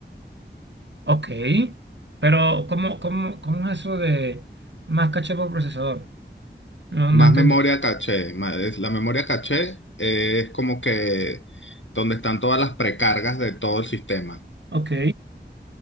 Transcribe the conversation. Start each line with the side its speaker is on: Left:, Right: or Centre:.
Right: ok. Pero, ¿cómo, cómo, cómo es eso de más caché por procesador? No,
Left: Más
Right: no entendí.
Left: memoria caché. ma- es- La memoria caché eh, es como que donde están todas las precargas de todo el sistema
Right: Ok,